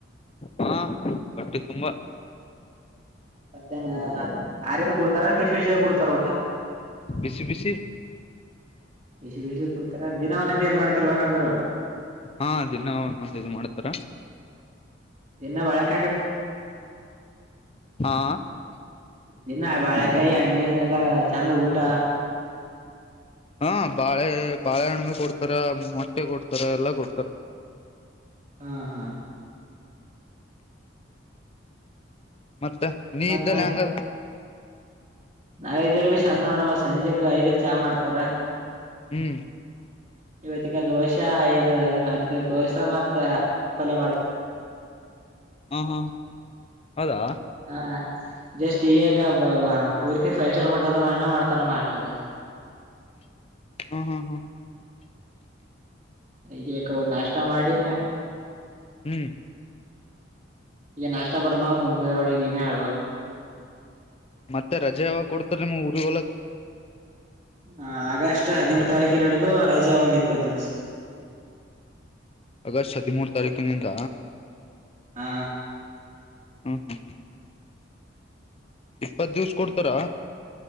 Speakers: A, on the left; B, on the right.
A: ಹಾ ಹೋಟ್ಟ ತುಂಬಾ
B: ಮತ್ತೇನ ಆರದ ಕೊಡ್ತಾರ ಬಷ ಬಿಷ ಕುಡ್ತಾರ ಊಟ.
A: ಬಿಸಿ ಬಿಸಿ
B: ಬಿಸಿ ಬಿಸಿ ಕೊಡ್ತಾರ ದಿನವನ ಏರ್ ಮಾಡ್ತಿರ್ಬೇಕಂದ್ರರು.
A: ಹಾ ದಿನ ಒಂದೊಂದ ಇದ ಮಾಡ್ತಾರ.
B: ಎನ್ನ ಬಳಕ
A: ಹಾ
B: ದಿನ ಬಾಳೆಕಾಯಿ ಹಂಗೆ ಇದನ್ನೆಲ್ಲಾ ಚೆಂದ ಊಟ
A: ಹಾ ಬಾಳೆ ಬಾಳೆಹಣ್ಣಬ ಕೊಡ್ತಾರ ಮೊಟ್ಟೆ ಕೊಡ್ತಾರ ಎಲ್ಲಾ ಕೊಡ್ತಾರ.
B: ಹಾ ಹಾ
A: ಮತ್ತ ನೀ
B: ಮತ್
A: ಇದ್ದಲ್ಲ ಹೆಂಗ
B: ನಾ ಇದಲಿ ಭೀ ಚಂದ ನೋಣಮ್ಮ ಸಂಜೆಕ ಐದಕ್ ಚಾ ಮಾಡ್ತಾರ.
A: ಹ್ಮ
B: ಇವತ್ತಗ ದೋಸಾ ಐದು ಐದು ದೋಸೆ ಮತ್ತ ಪಲ್ಯ ಮಾಡ.
A: ಹಾ ಹಾ ಹಾ ಹೌದಾ.
B: ಹ ಜಸ್ಟ್ ಈಗ ಪೂರ್ತಿ ಫೈವ್ ಸ್ಟಾರ್ ಹೋಟೆಲ್ ಮ್ಣ ಮಾಡ್ತಾರ ಮ ಅಷ್ಟ ಅಲ್.
A: ಹ್ಮ ಹ್ಮ್ ಹ್ಮ್.
B: ಈಗ ಅವ ನಾಷ್ಟ ಮಾಡಿ.
A: ಹ್ಮ್
B: ಈಗ ನಷ್ಟ ಪಡಬಕ್ ಕುಂತಿದ ನೋಡಿ ನೀನೇ ಹಲಬೇಕ.
A: ಮತ್ತೆ ರಜೆ ಯಾವಾಗ ಕೊಡ್ತಾರ ನಿಮ್ ಊರಿಗ್ ಹೋಲಕ್.
B: ಹಾ ಆಗಸ್ಟ್ ಹದಿಮೂರು ತಾರೀಕಿನ ನಡದು ರಜೆ ಒಂದ್ ಇಪ್ಪತ್ತು ದಿವಸ.
A: ಆಗಸ್ಟ್ ಹದಿಮೂರು ತಾರೀಕಿನಿಂದ.
B: ಹಾ.
A: ಹ್ಮ ಹ್ಮ. ಇಪ್ಪತ್ ದಿವ್ಸ ಕೊಡ್ತಾರಾ.